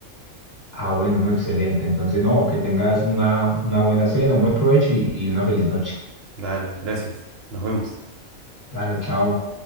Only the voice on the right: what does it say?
Dale, gracias. Nos vemos.